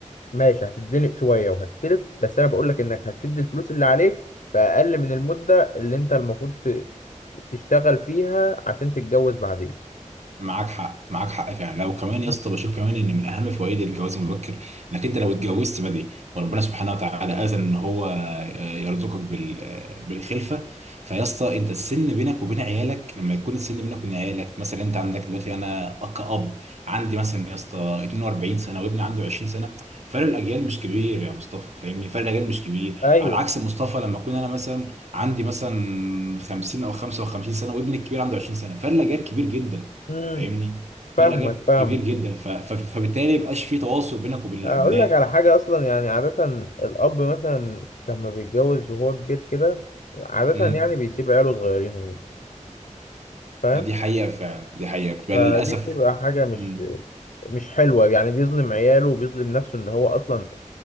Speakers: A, on the left; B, on the right.
A: ماشي هتتزنق شوية وهتستلف بس انا بقول لك انك هتسد الفلوس اللي عليك في اقل من المدة اللي انت المفروض ت... تشتغل فيها عشان تتجوز بعدين
B: معاك حق معاك حق فعلا لو كمان يا
A: مم.
B: اسطى بشوف كمان ان من اهم فوائد الجواز المبكر انك انت لو اتجوزت بدري وربنا سبحانه وتعالى اذن ان هو آه، يرزقك بال آه، بالخلفه فيا اسطى انت السن بينك وبين عيالك لما يكون السن بينك وبين عيالك مثلا انت عندك دلوقتي انا كأب عندي مثلا يا اسطى 42 سنه وابني عنده 20 سنه فرق الاجيال مش كبير يا مصطفى فاهمني فرق الاجيال مش كبير
A: ايوه
B: على عكس مصطفى لما اكون انا مثلا عندي مثلا 50 او 55 سنه وابني الكبير عنده 20 سنه فرق الاجيال كبير جدا
A: مم.
B: فاهمني فرق
A: فاهمك
B: الاجيال
A: فاهم
B: كبير جدا ف... ف... فبالتالي ما يبقاش في تواصل بينك وبين الابناء
A: اقول لك على حاجه اصلا يعني عاده الاب مثلا لما بيتجوز وهو كبير كده عاده
B: امم
A: يعني بيسيب عياله صغيرين وي- فاهم
B: آه، دي حقيقه فعلا دي حقيقه بتبقى
A: فدي
B: للاسف
A: بتبقى حاجه مش
B: امم
A: مش حلوه يعني بيظلم عياله وبيظلم نفسه ان هو اصلا